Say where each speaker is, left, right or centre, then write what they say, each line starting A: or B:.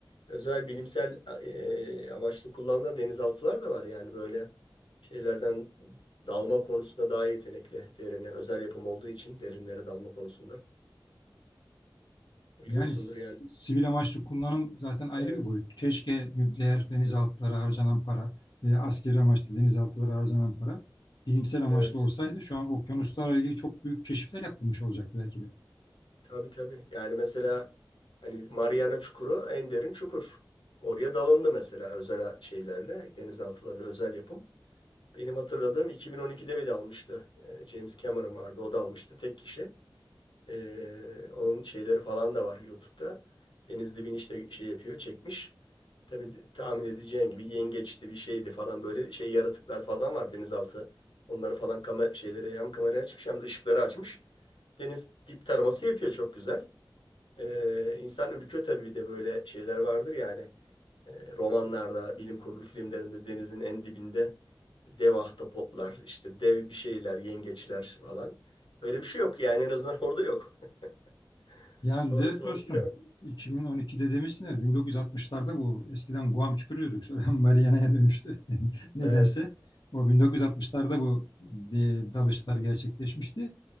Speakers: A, on the left (about 85°); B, on the left (about 65°).
A: Özel bilimsel e, amaçlı kullanılan denizaltılar da var. Yani böyle şeylerden dalma konusunda daha yetenekli derine. Özel yapım olduğu için derinlere dalma konusunda. Biliyorsundur
B: Yani s-
A: yani.
B: sivil amaçlı kullanım zaten ayrı
A: Evet.
B: bir boyut. Keşke nükleer denizaltılara
A: Hı.
B: harcanan para veya askeri amaçlı denizaltılara harcanan para bilimsel amaçlı
A: Evet.
B: olsaydı şu an okyanuslarla ilgili çok büyük keşifler yapılmış olacaktı belki de.
A: Tabii tabii. Yani mesela hani Mariana Çukuru en derin çukur. Oraya dalındı mesela özel şeylerle, denizaltılarla özel yapım. Benim hatırladığım 2012'de bir de almıştı. Ee, James Cameron vardı. O da almıştı. Tek kişi. Ee, onun şeyleri falan da var YouTube'da. Deniz dibini işte şey yapıyor. Çekmiş. Tabii tahmin edeceğin gibi yengeçti bir şeydi falan. Böyle şey yaratıklar falan var denizaltı. Onları falan kamera şeyleri hem kamerayı açmış hem de ışıkları açmış. Deniz dip taraması yapıyor çok güzel. Ee, insan ürküyor tabii bir de böyle şeyler vardır yani. Ee, romanlarda, bilim kurgu filmlerinde denizin en dibinde dev ahtapotlar, işte dev bir şeyler, yengeçler falan. Öyle bir şey yok yani en azından orada yok. <laughs>
B: Yani
A: Sonrasını
B: evet dostum
A: onu bilemem.
B: 2012'de demiştin ya 1960'larda bu eskiden Guam çukuruyorduk sonra <laughs> Mariana'ya dönüştü <laughs> nedense.
A: Evet.
B: O 1960'larda bu e, dalışlar gerçekleşmişti.